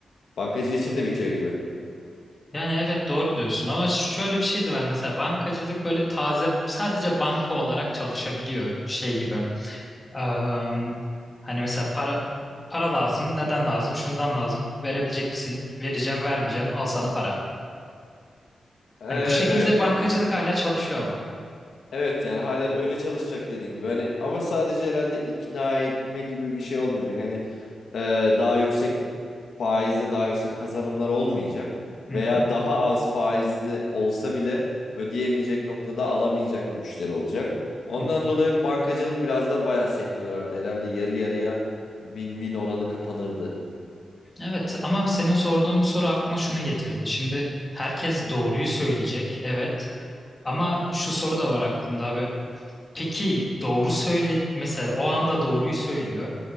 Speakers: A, on the left; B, on the left.
A: Bankacı için de bitiyor gibi.
B: Yani evet doğru diyorsun ama şöyle bir şey de var mesela bankacılık böyle taze sadece banka olarak çalışabiliyor şey gibi. Am, hani mesela para para lazım. Neden lazım? Şundan lazım. Verebilecek misin? Vereceğim, vermeyeceğim. Al sana para.
A: Ee,
B: Hani bu şekilde
A: evet
B: bankacılık
A: yani.
B: hala çalışıyor ama.
A: Evet yani hala öyle çalışacak dediğin gibi. Hani ama sadece herhalde ikna etme gibi bir şey olmayacak. Hani e, daha yüksek faize daha yüksek kazanımlar olmayacak
B: Hı
A: veya
B: hı,
A: daha az faizli olsa bile ödeyemeyecek noktada alamayacak müşteri olacak. Ondan
B: hı hı.
A: dolayı bankacılık biraz daha bayağı sektörlerdi. Herhalde yarı yarıya win-win oranı kapanırdı.
B: Evet ama senin sorduğun bu soru aklıma şunu getirdi. Şimdi herkes doğruyu söyleyecek. Evet. Ama şu soru da var aklımda abi. Peki doğru söyle mesela o anda doğruyu söylüyor.